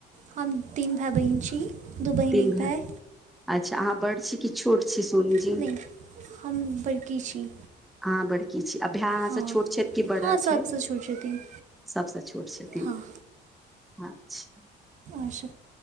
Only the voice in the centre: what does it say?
तीन
भाएय।
अच्छा आहाँ बड़ सी- ई छोट छै सोनी जी
आहाँ बड़की छी आ भाएय आहाँ
से छोट छथि कि बड़ा
छैय
सब स छोट छथि ई
अचछा